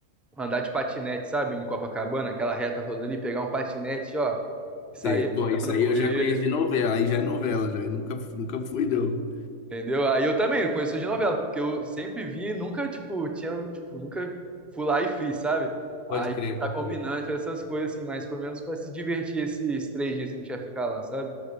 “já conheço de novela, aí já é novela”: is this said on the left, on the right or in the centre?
Left